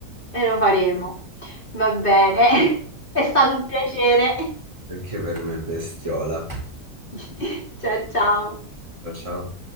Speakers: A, on the left; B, on the right.
A: e lo faremo. Va bene, <laughs> è stato un piacere.
B: anche per me, bestiola.
A: <laughs> Ciao ciao.
B: Ciao, ciao.